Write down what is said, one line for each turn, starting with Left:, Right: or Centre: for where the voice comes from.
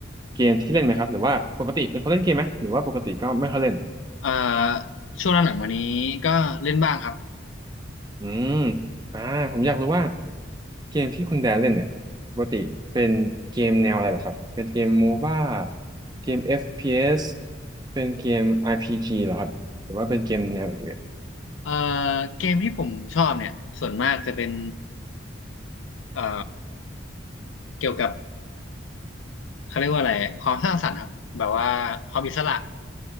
Right: เกมที่เล่นไหมครับหรือว่าปกติเป็นคนเล่นเกมไหมหรือว่าปกติก็ไม่ค่อยเล่น
Left: เอ่อช่วงหลังๆมานี้ก็เล่นบ้างครับ
Right: อืมอ่าผมอยากรู้ว่าเกมที่คุณแดนเล่นเนี่ยปกติเป็นเกมแนวอะไรเหรอครับ เป็นเกมโมบ้าเกม FPS เอสเป็นเกม RPG เหรอครับหรือว่าเป็นเกมแนวอื่น
Left: เอ่อเกมที่ผมชอบเนี่ยส่วนมากจะเป็นเอ่อเกี่ยวกับเขาเรียกว่าอะไรความสร้างสรรค์ครับแบบว่าความอิสระ